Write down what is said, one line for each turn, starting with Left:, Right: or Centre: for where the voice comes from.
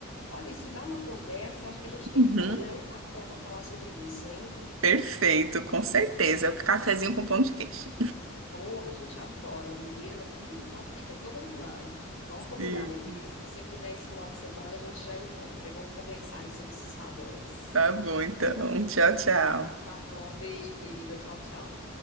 Left: olha, isso dá uma conversa, acho que a gente tem
Right: uhum.
Left: que combinar é um café para falar sobre isso, hein?
Right: Perfeito, com certeza. É o cafezinho com pão de queijo.
Left: Ou a gente adora. O mineiro aqui já fica todo animado. Vamos combinar,
Right: Sim.
Left: minha querida. Se você puder, esse final de semana a gente já encontra. E vamos conversar aí sobre esses padrões.
Right: Tá bom, então. Tchau, tchau.
Left: Então tá bom. Beijo, querida. Tchau, tchau.